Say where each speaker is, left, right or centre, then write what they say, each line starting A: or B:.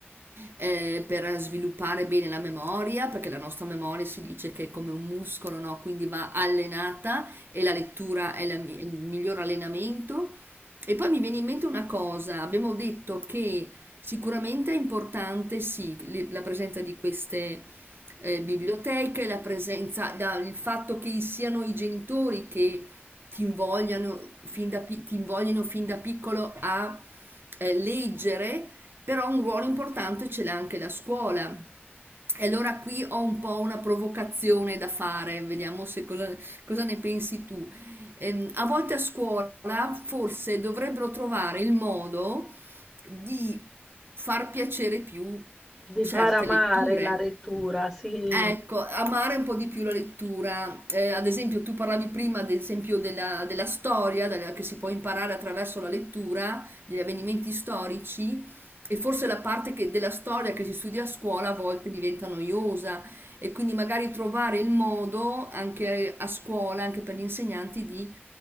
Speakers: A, on the right (about 60°); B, in the centre.
A: eh, per sviluppare bene la memoria, perché la nostra memoria si dice che è come un muscolo, no? Quindi va allenata e la lettura è la mi- il miglior allenamento. E poi mi viene in mente una cosa, abbiamo detto che sicuramente è importante, sì, le- la presenza di queste eh, biblioteche, la presenza, la- il fatto che siano i genitori che ti invogliano fin da, pi- ti invoglino fin da piccolo a eh, leggere però un ruolo importante ce l'ha anche la scuola. E allora qui ho un po' una provocazione da fare, vediamo se cosa, cosa ne pensi tu. Ehm, a volte a scuola forse dovrebbero trovare il modo di far piacere più
B: Di
A: certe
B: far amare
A: letture.
B: la lettura, sì.
A: Ecco, amare un po' di più la lettura. Eh, ad esempio, tu parlavi prima, ad esempio, della, della storia della- che si può imparare attraverso la lettura, degli avvenimenti storici, e forse la parte che- della storia che si studia a scuola a volte diventa noiosa, e quindi magari trovare il modo anche a scuola, anche per gli insegnanti, di